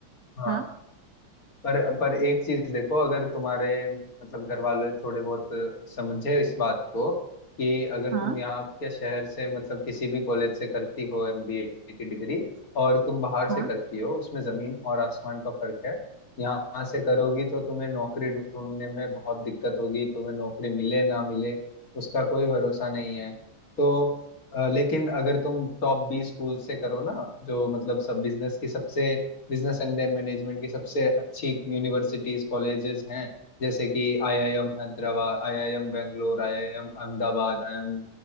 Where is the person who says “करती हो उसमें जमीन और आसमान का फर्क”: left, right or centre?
Left